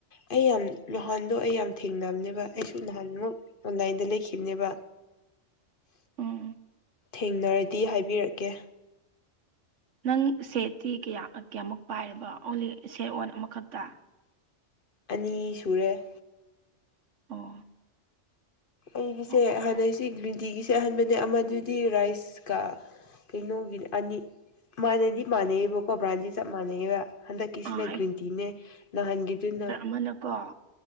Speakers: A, on the left (about 50°); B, on the right (about 75°).
A: ꯑꯩ ꯌꯥꯝ ꯅꯍꯥꯟꯗꯣ ꯑꯩ ꯌꯥꯝ ꯊꯦꯡꯅꯕꯅꯦꯕ ꯑꯩꯁꯨ ꯅꯍꯥꯟꯃꯨꯛ ꯑꯣꯟꯂꯥꯏꯟꯗ ꯂꯩꯈꯤꯕꯅꯦꯕ
B: ꯎꯝ
A: ꯊꯦꯡꯅꯔꯗꯤ ꯍꯥꯏꯕꯤꯔꯛꯀꯦ
B: ꯅꯪ ꯁꯦꯠꯇꯤ ꯀꯌꯥ ꯀꯌꯥꯃꯨꯛ ꯄꯥꯏꯔꯕ ꯑꯣꯡꯂꯤ ꯁꯦꯠ ꯋꯥꯟ ꯑꯃꯈꯛꯇ
A: ꯑꯅꯤ ꯁꯨꯔꯦ
B: ꯑꯣ
A: ꯑꯩꯒꯤꯁꯦ
B: ꯑꯣ ꯑꯣ
A: ꯍꯥꯟꯅꯛꯁꯤ
B: ꯑꯣ
A: ꯒ꯭ꯔꯤꯟ ꯇꯤꯒꯤ ꯁꯦꯠꯍꯟꯕꯅꯦ ꯑꯃꯗꯨꯗꯤ ꯔꯥꯏꯁꯀ ꯀꯩꯅꯣꯒꯤꯅꯦ ꯑꯅꯤ ꯃꯥꯟꯅꯗꯤ ꯆꯞ ꯃꯥꯟꯅꯩꯕꯀꯣ ꯕ꯭ꯔꯥꯟꯗꯤ ꯆꯞ ꯃꯥꯟꯅꯩꯑꯕ ꯍꯟꯗꯛꯀꯤꯁꯤꯅ
B: ꯑꯥ
A: ꯒ꯭ꯔꯤꯟ ꯇꯤꯅꯦ ꯅꯥꯍꯟꯈꯤꯗꯨꯅ
B: ꯃꯥꯅꯀꯣ